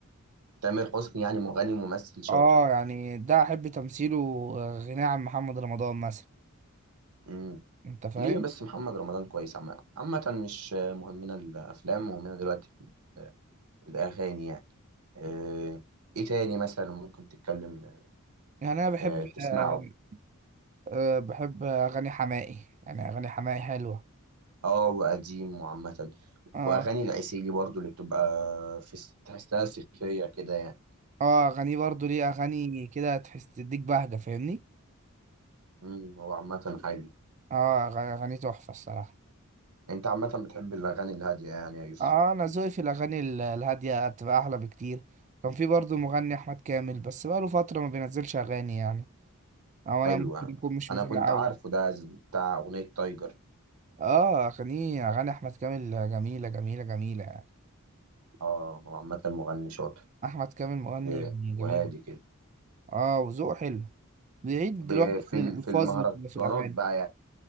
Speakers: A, on the right; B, on the right.
A: تامر حسني يعني مغني ممثل شاطر
B: اه يعني ده احب تمثيله آه، غناه عن محمد رمضان مثلا
A: مم.
B: انت فاهم
A: ليه بس محمد رمضان كويس عامة عامة مش مهمنا الأفلام مهمنا دلوقتي ال- الأغاني يعني آه، إيه تاني مثلا ممكن تتكلم
B: يعني انا بحب
A: آه، تسمعه
B: آه، أه بحب أغاني حماقي يعني أغاني حماقي حلوة
A: آه وقديم وعامة
B: اه
A: وأغاني العسيلي برضو اللي بتبقى في تحسها صيفية كده يعني
B: اه أغانيه برضو ليه أغاني كده تحس تديك بهجة فاهمني
A: مم، هو عامة حلو
B: اه أغ- أغاني تحفة الصراحة
A: أنت عامة بتحب الأغاني الهادية يعني يا يوسف
B: اه أنا ذوقي في الأغاني ال- الهادية بتبقى أحلى بكتير كان في برضو مغني أحمد كامل بس بقاله فترة ما بينزلش أغاني يعني أو
A: حلو
B: أنا ممكن
A: يعني.
B: أكون مش
A: أنا
B: متابع
A: كنت
B: أوي
A: عارفه ده بتاع أغنية تايجر
B: اه أغانيه أغاني أحمد كامل جميلة جميلة جميلة يعني
A: آه هو عامة مغني شاطر
B: أحمد كامل مغني
A: آه، وهادي
B: جميل
A: كده
B: اه وذوقه حلو بعيد
A: ب-
B: دلوقتي
A: في
B: عن
A: ال-
B: الألفاظ
A: في المهرجانات
B: اللي بتبقى في الأغاني
A: بقى